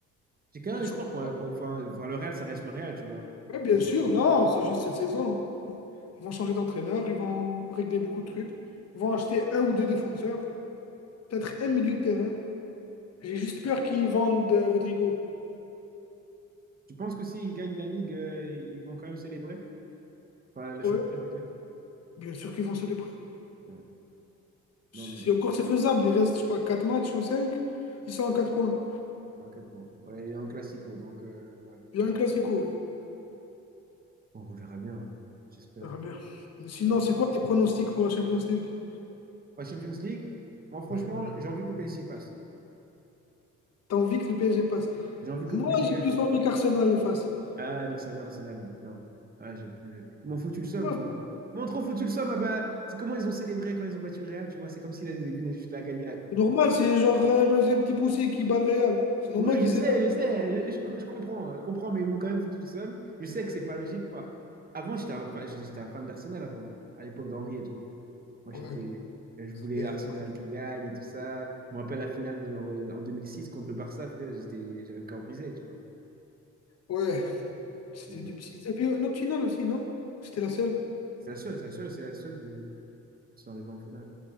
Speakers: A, on the right (about 30°); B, on the left (about 55°).
A: C'est quand
B: Le
A: même un
B: champion-
A: sport pour la. pour- enfin, enfin, le Real, ça reste le Real, tu vois.
B: Ouais, bien
A: Donc,
B: sûr,
A: euh,
B: non, c'est juste cette saison. hein. Ils vont changer d'entraîneur, ils vont régler beaucoup de trucs. Ils vont acheter un ou deux défenseurs, peut-être un milieu de terrain. J'ai juste peur qu'ils vendent euh, Rodrigo.
A: tu penses que s'ils gagnent la Ligue, euh, ils vont quand même célébrer? Enfin, le
B: Ouais,
A: championnat, je veux dire.
B: bien sûr qu'ils vont célébrer.
A: Ouais.
B: Si
A: Non, mais
B: encore c'est faisable, il reste, je sais pas, 4 matchs ou 5. ils sont à 4 points.
A: trois quatre points. Ouais, et un classico, donc euh, ouais.
B: Il
A: Du-
B: y a un classico.
A: Bon, on verra bien, hein. J'espère.
B: On verra bien. Sinon,
A: Bon.
B: c'est quoi tes pronostics pour la Champions League?
A: Ouais, Champions League, moi franchement,
B: Ouais.
A: j'ai envie que le PSG passe.
B: T'as envie que le PSG passe?
A: J'ai envie
B: Moi,
A: que le PSG
B: j'ai
A: gagne.
B: plus envie qu'Arsenal le fasse.
A: Ah, nique sa mère, Arsenal, mec. Non. Ah, j'ai plus. Ils m'ont foutu le somme,
B: Ouais.
A: tu vois. Ils m'ont trop foutu le somme. Ah bah, c'est comment ils ont célébré quand ils ont battu le Real, tu vois. C'est comme s'ils venaient juste de la gagner la coupe,
B: C'est
A: tu
B: normal,
A: vois.
B: c'est genre euh, c'est un petit poussé qui bat le Real. C'est normal
A: Oui, je
B: qu'il
A: sais,
B: s'élève.
A: je sais, je, je- je comprends, euh, je comprends, mais ils m'ont quand même fait le seum. Je sais que c'est pas logique. Enfin, avant, j'étais un, fa- j'étais un fan d'Arsenal avant, à l'époque d'Henri et tout. Moi,
B: Ouais,
A: j'étais, je
B: ça
A: voulais
B: fait
A: Arsenal
B: un bail là.
A: qui gagne et tout ça. Je me rappelle la finale genre, euh, en 2006 contre le Barça. putain, J'étais, j'avais le cœur brisé, tu vois.
B: Ouais, c'était
A: Mais bon,
B: 2006. Il y avait une autre finale aussi, non? C'était la seule?
A: c'est la seule, c'est la seule, c'est la seule de sont arrivés en finale.